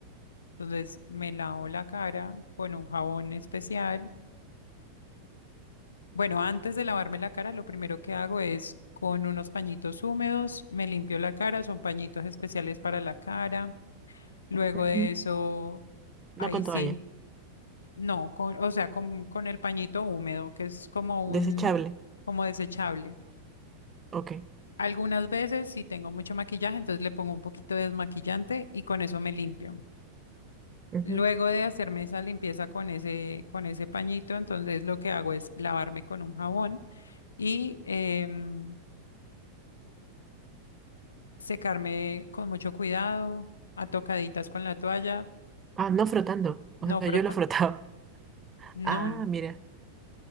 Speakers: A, on the left; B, on the right.
A: entonces me lavo la cara con un jabón especial. Bueno, antes de lavarme la cara, lo primero que hago es con unos pañitos húmedos, me limpio la cara, son pañitos especiales para la cara. Luego
B: Ujú.
A: de eso,
B: No
A: ahí
B: con toalla,
A: sí. No, con, o sea, con, con el pañito húmedo, que es como un,
B: desechable.
A: como desechable.
B: Ok.
A: Algunas veces, si tengo mucho maquillaje, entonces le pongo un poquito de desmaquillante y con eso me limpio.
B: Ujú.
A: Luego de hacerme esa limpieza con ese, con ese pañito, entonces lo que hago es lavarme con un jabón y em, secarme con mucho cuidado, a tocaditas con la toalla,
B: Ah, no frotando. O
A: no
B: sea,
A: frotando.
B: yo lo frotaba. <laughs>
A: No,
B: Ah, mira.